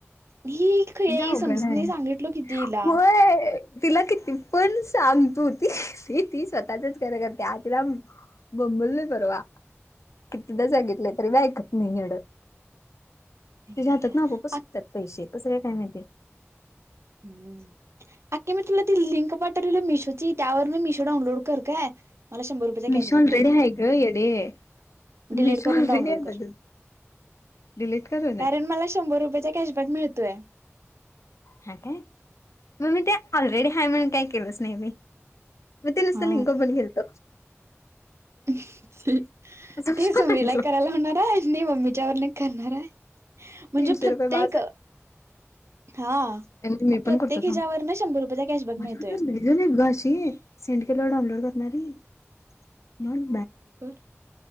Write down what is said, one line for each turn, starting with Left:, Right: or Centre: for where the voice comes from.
Right: ही खुळी
Left: जाऊ
Right: समजत
Left: गण हय
Right: नाही सांगितलो किती हिला
Left: होय तिला किती पण सांग तु ती ती स्वतःचच खर करत्या तीलाम बोबलेय परवा कितीदा सांगीतलय तरी बी ऐकत नाही ऐड
Right: नाहीतर
Left: तीज्या हातातान
Right: काय
Left: गोपच
Right: आ
Left: सुटत्यात कसे काय माहितेय
Right: हम अक्के मी तुला ती लिंक पाठवलं मीशोत. ती त्या वरन मिशो डाऊनलोड कर काय मला शंभर रुपयचा
Left: मिशो
Right: कॅशबॅक
Left: ऑलरेडी
Right: मिळतय,
Left: आहे ग येडे
Right: डिलीट
Left: मिशो
Right: करून
Left: ऑलरेडी
Right: डाउनलोड
Left: आहे माझं
Right: कर.
Left: डिलीट करू ना
Right: कारण मला शंभर रुपयाचा कॅशबॅक मिळतोय.
Left: हा काय मग मी ते ऑलरेडी हाय म्हणून काय केलंच नाही मी. म ते नुसतं
Right: हा
Left: लिंक मधी नेलत
Right: <inaudible> ते
Left: म्हटलो
Right: समीला करायला होणार आहे आणि मम्मीच्या वरने करणार आहे. म्हणजे
Left: तीनशे
Right: प्रत्येक
Left: रुपये माझं
Right: हा!
Left: मी
Right: प्रत्येक
Left: पण करतो
Right: ह्याच्यावरन
Left: थांब
Right: शंभर रुपयाचा कॅशबॅक
Left: माझ्याकडे
Right: मिळतोय.
Left: लईजन हायत घे अशी सेंड केल्यावं डाउनलोड करणारी. नन
Right: कर